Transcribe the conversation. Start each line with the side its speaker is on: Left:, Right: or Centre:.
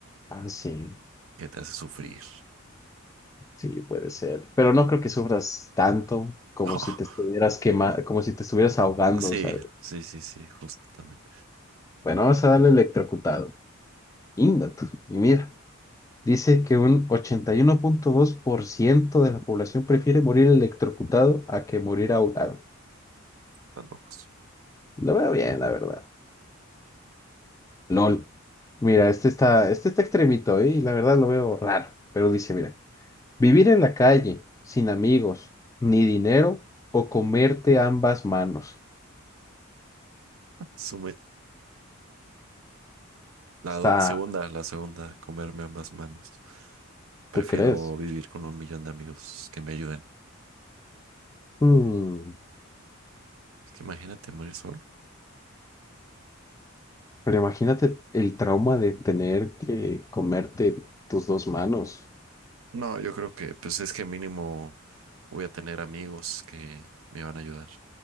Left: Ah, sí.
Right: que te hace sufrir.
Left: Sí, puede ser. Pero no creo que sufras tanto como
Right: <laughs>
Left: si te estuvieras quema- como si te estuvieras ahogando,
Right: Ah, sí,
Left: ¿sabes?
Right: sí, sí, sí, justo también.
Left: Bueno, vamos a darle electrocutado. Íngatu. Y mira, dice que un ochenta y uno punto dos por ciento de la población prefiere morir electrocutado a que morir ahogado.
Right: Están locos.
Left: Lo veo bien, la verdad. LOL. Mira, este está, este está extremito, ¿eh? Y la verdad lo veo raro. Pero dice, mira, vivir en la calle, sin amigos, ni dinero, o comerte ambas manos.
Right: Su La
Left: Está,
Right: do- segunda, la segunda, comerme ambas manos. Prefiero
Left: ¿tú crees?
Right: vivir con un millón de amigos que me ayuden.
Left: Mm,
Right: Es que imagínate morir solo.
Left: pero imagínate el trauma de tener que comerte tus dos manos.
Right: No, yo creo que, pues es que mínimo voy a tener amigos que me van a ayudar